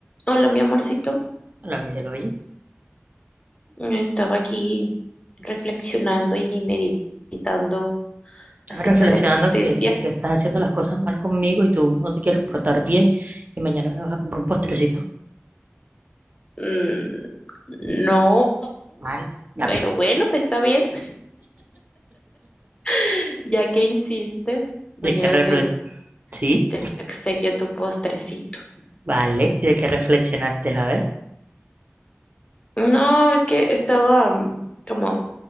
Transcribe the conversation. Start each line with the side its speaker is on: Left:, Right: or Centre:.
Left: Hola, mi amorcito.
Right: La Michelle, oye,
Left: Estaba aquí reflexionando y meditando
Right: estaba
Left: acerca
Right: reflexionando
Left: de la existencia.
Right: que, que, que estás haciendo las cosas mal conmigo y tú no te quieres portar bien y mañana me vas a comprar un postrecito
Left: Mm, no,
Right: mal. Ya,
Left: pero
Right: <laughs> pi.
Left: bueno, está bien. <laughs> Ya que insistes,
Right: ¿De
Left: mañana
Right: qué refle
Left: te,
Right: Sí,
Left: te obsequio tu postrecito.
Right: vale. ¿Y de qué reflexionaste? A ver,
Left: No, es que estaba mm, como